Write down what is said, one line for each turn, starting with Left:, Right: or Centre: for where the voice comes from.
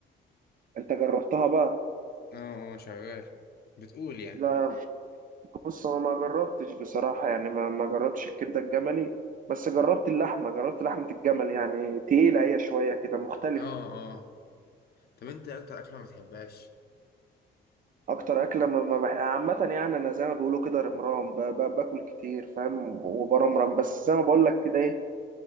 Right: أنت جربتها بقى؟
Left: اه اه شغال بتقول يعني
Right: لا بص هو ما جربتش بصراحة يعني ما ما جربتش الكبدة الجملي بس جربت اللحمة جربت لحمة الجمل يعني تقيلة هي شوية كده مختلف
Left: اه اه طب انت إيه اكتر اكلة ما بتحبهاش
Right: أكتر أكلة ما ما بح... عامة يعني أنا زي ما بيقولوا كده رمرام ب... ب... باكل كتير فاهم وبرمرم بس زي ما بقول لك كده إيه